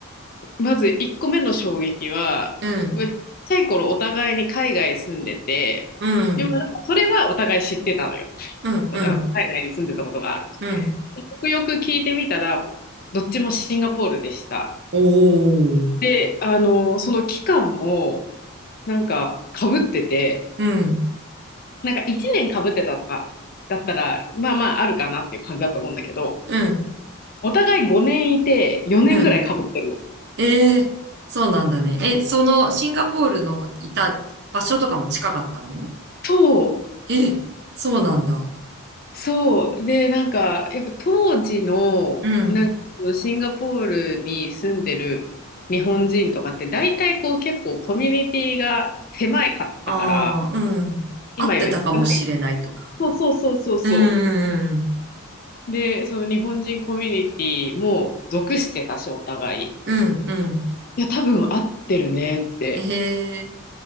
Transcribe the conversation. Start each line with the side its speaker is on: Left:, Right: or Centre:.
Left: う、まず1個目の衝撃は、
Right: うん、
Left: まあちっちゃい頃お互いに海外住んでて、
Right: うん、
Left: でもなんかそれはお互い知ってたのよ。
Right: うん、
Left: おあの、
Right: うん、
Left: 海外に住んでたことがある。
Right: うん。
Left: でよくよく聞いてみたら、どっちもシンガポールでした。
Right: おお。
Left: で、あの、その期間も、なんか、かぶってて、
Right: うん、
Left: なんか1年かぶってたとか、だったら、まあまああるかなっていう感じだと思うんだけど、
Right: うん、
Left: お互い5年いて、4年ぐらいかぶってるの。
Right: うん、ええ、そうなんだね。え、そのシンガポールのいた場所とかも近かったの
Left: そう、
Right: え、そうなんだ。
Left: そう。で、なんか、やっぱ当時の、
Right: うん。
Left: なんか、シンガポールに住んでる日本人とかって、大体こう結構コミュニティが狭いかったから、
Right: ああ、うん。合ってたかもしれないとか。
Left: 今より少ない。そうそうそうそうそ
Right: うん、うん、
Left: う。で、その日本人コミュニティも属してたし、お互い。
Right: うん、うん。
Left: いや、多分合ってるねって。
Right: ええ、